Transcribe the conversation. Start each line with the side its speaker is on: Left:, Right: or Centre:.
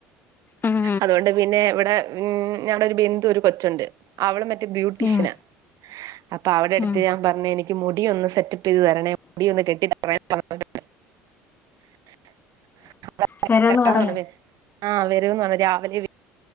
Left: ഉം
Right: അതുകൊണ്ട് പിന്നെ ഇവിടെ ഉ ഞമ്മടെ ഒരു ബന്ധു ഒരു കൊച്ചുണ്ട് അവൾ മെ ബ്യൂട്ടീഷ്യന
Left: ഉം
Right: അപ്പൊ അവിടെ അടുത്ത്
Left: ഉം
Right: ഞാൻ പറഞ്ഞ എനിക്ക് മുടി ഒന്ന് സെറ്റപ്പ് ചെയ്ത് തരണേ മുടി ഒന്ന് കെട്ടി <unintelligible>
Left: തരാന്ന് പറഞ്ഞോ
Right: വ <inaudible> ആ. വരന്ന് പറഞ്ഞാ രാവിലെ